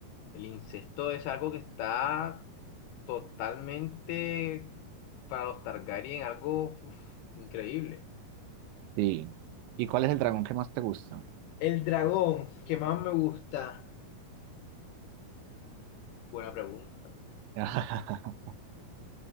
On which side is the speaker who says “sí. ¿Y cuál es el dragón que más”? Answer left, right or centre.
Right